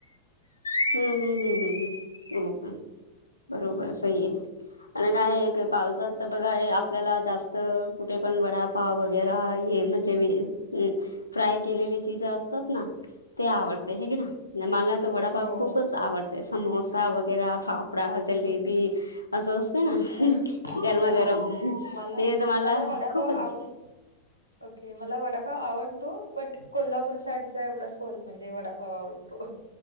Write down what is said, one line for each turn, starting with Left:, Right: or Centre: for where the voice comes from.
Left: हम्म, हम्म, हम्म, हम्म, हम्म. हो का? बरोबर सही है. आणि काय
Right: हम्म
Left: की पावसात तर बघा हे आ आपल्याला जास्त कुठे पण वडापाव वगैरा हे म्हणजे वे हम्म फ्राय केलेली चिज असतात ना ते आवडते हे ना? मला तर वडापाव
Right: हो
Left: खूपच आवडत. ते समोसा वगैराे फाफडा, जलेबी असं है ना
Right: अच्छा
Left: गरमागरम
Right: अ मला
Left: ते तर मला
Right: वडापाव
Left: खूपच
Right: आवड ओके मला वडापाव आवडतो. बट कोल्हापूर साईडच्या एवढाच कोल म्हणजे वडापाव आवडतो.